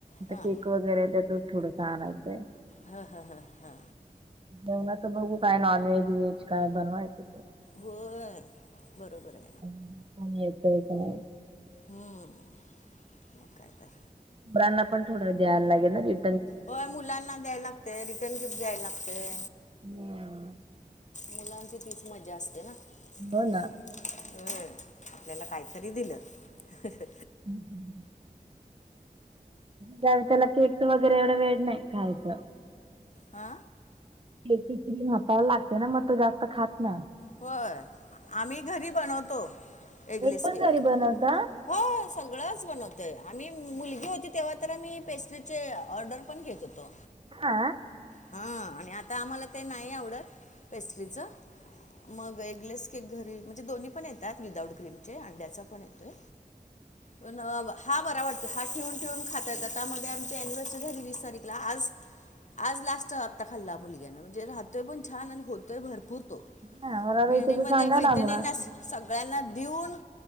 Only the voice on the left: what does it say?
हां
हा हा हा हा
होय बरोबर आहं.
ह्म म काय काय.
होय मुलांना द्याय लागतंय रिटर्न गिफ्ट द्याय लागतंय.
मुलांची तीच मज्जा असते ना.
होय
आपल्याला काहीतरी दिलं ह्अ.
हा
होय आम्ही घरी बनवतो ऐगलेस
केक.
हो सगळंच बनवतोय आम्ही मुलगी तेव्हा तर पेस्ट्रीचे ऑर्डर, पण घेत हो तो.
हां, आणि आता आम्हाला ते नाही आवडतं, पेस्ट्रीचं मग एगलेस केक घरी, म्हणजे दोन्ही पण येतात विदाऊट क्रीमचे, अंड्याचा पण येतोय, पण नाय बाबा <unintelligible> हा बरा वाटतोय, हा ठेवून ठेवून खाताात, आता मध्ये आमची अनिव्हर्सरी झाली वीस तारखेला, आज आज लास्टचा आत्ता खाल्ला मुलग्यानं, म्हणजे राहतोय पण छान आणि होतोय पण भरपूर तो.
बिल्डिंग
मध्ये
मैत्रिणींनास
सगळ्यांना देऊन,